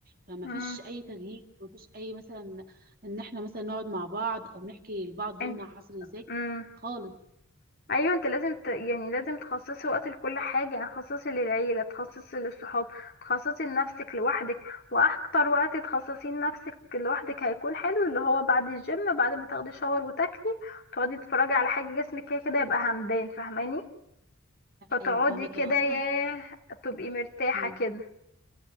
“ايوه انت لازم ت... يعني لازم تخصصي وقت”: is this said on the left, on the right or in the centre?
Left